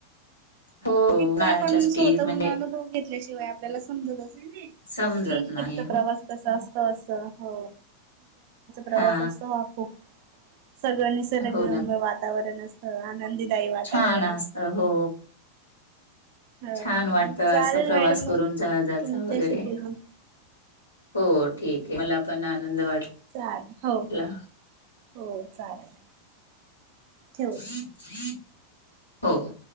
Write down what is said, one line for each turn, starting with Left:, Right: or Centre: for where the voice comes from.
Left: हो
Right: शीपचा
Left: उन्हाळ्याच्या
Right: आपण
Left: सुट्टीत
Right: स्वतःहणून
Left: म्हणजे
Right: अनुभव घेतल्याशिवाय आपल्याला समजत असेल ना.
Left: समजत
Right: कि शिपचा
Left: नाही
Right: प्रवास कसा असत अस हो. प्रवास
Left: हा
Right: असतो ह खूप सगळ स
Left: हो ना
Right: वातावरण असत. आनंदीदायी वातावरण
Left: छान
Right: असतं.
Left: असत हो
Right: हो
Left: छान वाटतं
Right: चालेल
Left: असा प्रवास
Right: मॅडम
Left: करून
Right: मग
Left: जहाजाचा
Right: तुमच्याशी
Left: वगैरे.
Right: बोलून
Left: हो ठीक आहे मला पण आनंद वाटलाला.
Right: चालेल हो हो, चालेल. ठेवते.
Left: <unintelligible> हो.